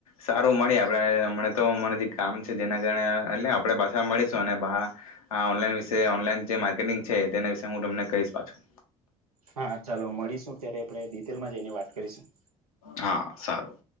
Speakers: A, on the left; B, on the right.
A: સારું મળે આપણે હમ તો અમા જે કામ છે જેના કારણે એટ આપણે પાછા મળે અને પાહા આ ઓનલાઇન વિશે ઓનલાઇન જે માર્કેટિંગ છે તેના વિશે હું તમને કહીશ પાછું.
B: હા ચાલો મળીશું ત્યારે આપણે ડિટેલમાં જઈને વાત કરીશું.
A: હા સારું.